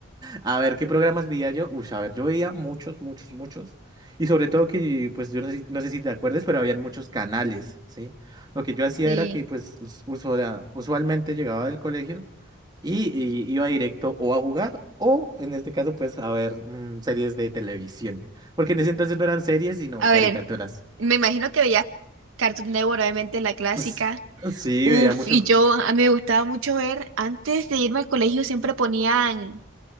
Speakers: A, on the right; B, on the right.
A: A ver, ¿qué programas veía yo? Uy, a ver, yo veía muchos, muchos, muchos. Y sobre todo que, pues, yo no sé, si no sé si te acuerdas, pero habían muchos canales, ¿sí? Lo que yo hacía
B: Sí.
A: era que, pues, us- usual- usualmente llegaba del colegio y, y iba directo o a jugar o, en este caso, pues, a ver mm, series de televisión. Porque en ese entonces no eran series, sino
B: A
A: caricaturas.
B: ver,
A: <laughs>
B: me imagino que veías Cartoon Network, obviamente la clásica.
A: Pues, sí,
B: Uf,
A: veía mucho.
B: y yo, a mí me gustaba mucho ver, antes de irme al colegio siempre ponían